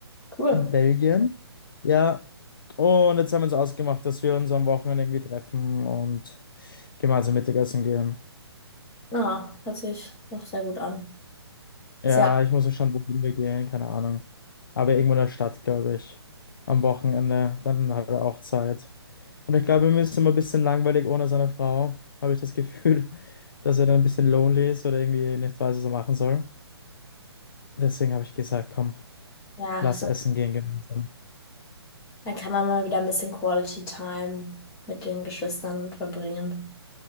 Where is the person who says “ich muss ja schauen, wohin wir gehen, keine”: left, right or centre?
Left